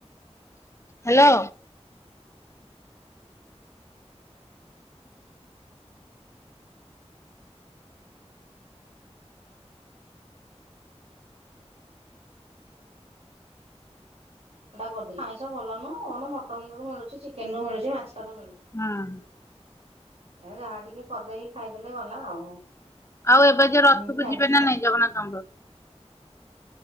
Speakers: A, on the left (about 25°); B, on the right (about 65°).
A: hello.
B: ଅଣ୍ଡା କରିଦେଲି। ଆଇଁଷ ଭଲ ନୁହଁ କଣ ମଟନ ରୁ ମିଳୁଚି ଚିକେନ ରୁ ମିଳୁଚି ମାସଲ ର ମିଳୁଚି।
A: ହୁଁ।
B: ଏ ଯାହା ଟିକେ କରିଦେଇକି ଖାଇଦେଲେ ଗଲା ଆଉ।
A: ଆଉ ଏବେ ଯୋଉ ରଥକୁ
B: ଏମିତି ଚାଲିଛି
A: ଯିବେ
B: ତ।
A: ନା ନାଇ ଜଗନ୍ନାଥଙ୍କ ପାଖକୁ?